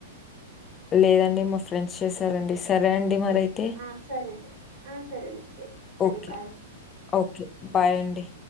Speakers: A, on the left (about 25°); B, on the right (about 50°).
A: లేదండి మా ఫ్రెండ్స్ చేశారండి సరే అండి మరైతే.
B: ఆ సరేలే ఆ సరే సర్ అరే
A: ఓకే.
B: Bye
A: okay. బాయ్ అండి.